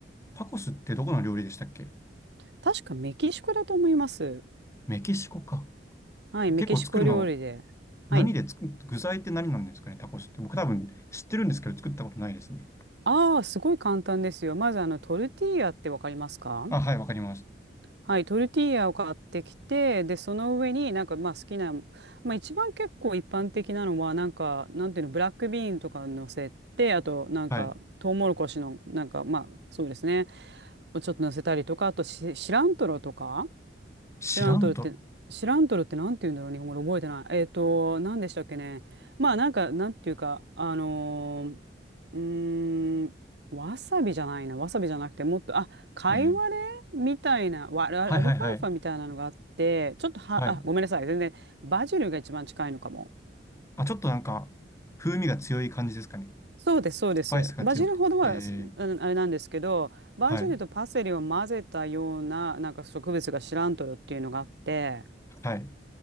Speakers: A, on the left; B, on the right.
A: タコスってどこの料理でしたっけ
B: 確かメキシコだと思います。
A: メキシコか。
B: はい。メキシコ料理で。
A: 結構作るの、
B: はい。
A: 何で作、具材って何なんですかねタコスって。僕多分知ってるんですけど作ったことないですね。
B: ああ、すごい簡単ですよ。まずあのトルティーヤってわかりますか
A: あ、はい、わかります。
B: はい、トルティーヤを買ってきて、で、その上になんかまあ好きな、まあ一番結構一般的なのは、なんか、なんていうの、ブラックビーンとか乗せて、あとなんか、
A: はい。
B: トウモロコシの、なんかまあ、そうですね、をちょっと乗せたりとか、あとシ、シラントロとか。
A: シラントロ。
B: シラントルって、シラントルってなんて言うんだろう、日本語で覚えてない。えっと、何でしたっけね。まあ、なんか、なんていうか、あのー、うーん、わさびじゃないな、わさびじゃなくて、もっと、あ、カイワレみたいな、
A: えー、
B: わアルアルファルファみたいなのがあって、
A: はいはいはい。
B: ちょっとは、
A: はい。
B: あ、ごめんなさい、全然、バジルが一番近いのかも。
A: あ、ちょっとなんか、風味が強い感じですかね。
B: そうです、そうです。
A: スパイスが強くて。
B: バジルほどは、
A: えー、
B: すあのあれなんですけど、バジルとパセリを混ぜたような、
A: はい。
B: なんか植物がシラントルっていうのがあって、
A: はい。